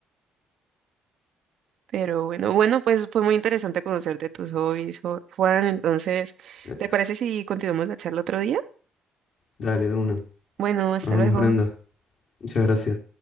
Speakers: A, on the right; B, on the left.
A: Pero bueno, bueno, pues fue muy interesante conocer de tus hobbies, Jo- Juan. Entonces,
B: Eh,
A: ¿te parece si continuamos la charla otro día?
B: Dale, de una.
A: Bueno, hasta
B: Nos vemos,
A: luego.
B: Brenda. Muchas gracias.